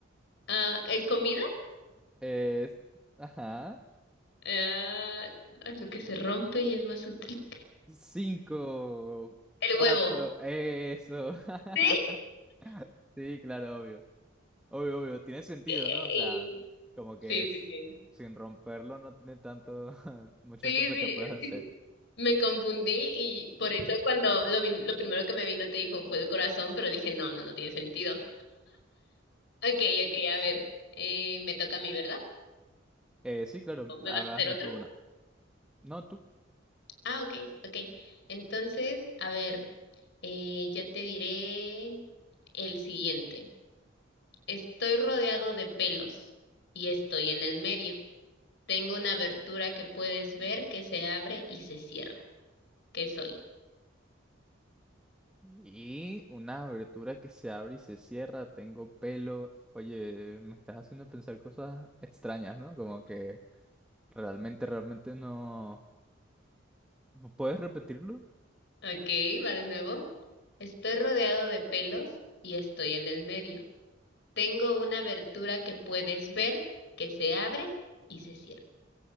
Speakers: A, on the left; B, in the centre.
A: Ah, ¿es comida?
B: Es... Ajá.
A: Ah, algo que se rompe y es más útil.
B: Cinco,
A: El
B: cuatro,
A: huevo.
B: eso. <laughs>
A: Sí.
B: Sí, claro, obvio. Obvio, obvio. Tiene sentido,
A: Yay.
B: ¿no? O sea, como que
A: Sí,
B: es,
A: sí, sí.
B: sin romperlo no tiene tanto, <laughs> muchas
A: Sí,
B: cosas que puedes
A: sí,
B: hacer.
A: Me confundí y por eso cuando lo, vi- lo primero que me vino te dijo fue el corazón, pero dije, no, no, no tiene sentido. Ok, ok, a ver, eh, me toca a mí, ¿verdad?
B: Eh, sí, claro.
A: ¿O ¿Me
B: Ahora
A: vas a hacer
B: hazme
A: otro?
B: tú una. No, tú.
A: Ah, ok, ok. Entonces, a ver, eh, ya te diré el siguiente. Estoy rodeado de pelos y estoy en el medio. Tengo una abertura que puedes ver que se abre y se cierra. ¿Qué soy?
B: Y una abertura que se abre y se cierra, tengo pelo. Oye, me estás haciendo pensar cosas extrañas, ¿no? Como que realmente, realmente no... ¿Puedes repetirlo?
A: Ok, va de nuevo. Estoy rodeado de pelos y estoy en el medio. Tengo una abertura que puedes ver, que se abre y se cierra.